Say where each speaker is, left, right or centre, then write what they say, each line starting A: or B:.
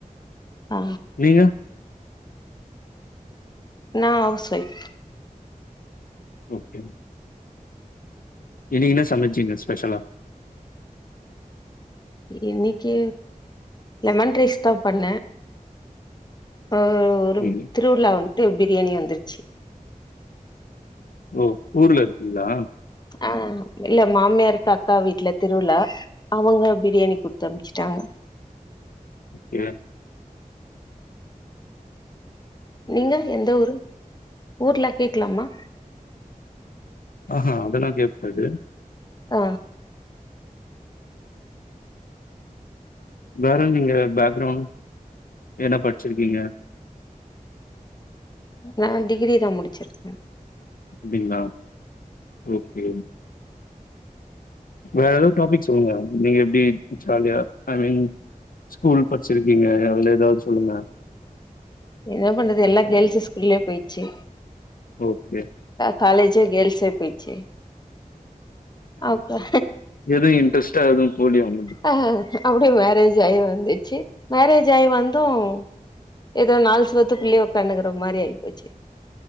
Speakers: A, on the left; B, on the left.
A: ஆ
B: நீங்க
A: நா ஹவுஸ்வைஃப்
B: ஓகே இன்னைக்கு என்ன சமைச்சீங்க ஸ்பெஷலா
A: இன்னைக்கி லெமன் ரைஸ் தா பண்ணே அ ஒரு
B: ம்.
A: திருவிழான் ட்டு பிரியாணி வந்துருச்சு
B: ஓ ஊர்ல இல்லா
A: ஆ இல்ல மாமியார்கு அக்கா வீட்ல திருவிழா அவுங்க பிரியாணி குடுத்து அனுப்ச்சுட்டாங்க
B: இல்ல
A: நீங்க எந்த ஊரு ஊர்ல கேக்லாமா
B: ஆஹா அதெல்லா கேப்பது
A: ஆ
B: வேற நீங்க பேக்ரவுண்ட் என்ன படிச்சிருக்கீங்க
A: நான் டிகிரி தான் முடிச்சிருக்கேன்
B: அப்டிங்களா ஓக்கே வேற ஏதாவது டாபிக் சொல்லுங்க நீங்க எப்படி ஜாலியா ஐ மீன் ஸ்கூல் படிச்சிருக்கீங்க அதுல ஏதாவது சொல்லுங்க
A: என்ன பண்றது எல்லா கேர்ள்ஸ் ஸ்கூல்லயே போயிடுச்சு
B: ஓக்கே
A: காலேஜ் கேர்ள்ஸ் போயிச்சு அப்ப
B: எதுவும் இன்ட்ரெஸ்டா எதுவும் போலயா உங்களுக்கு
A: ஆ அப்டியே மேரேஜ் ஆயி வந்துச்சு மேரேஜ் ஆகி வந்தும் ஏதோ நாள் சுவத்துக்குள்ளே உக்காணுகற மாரி ஆய்ப்போச்சு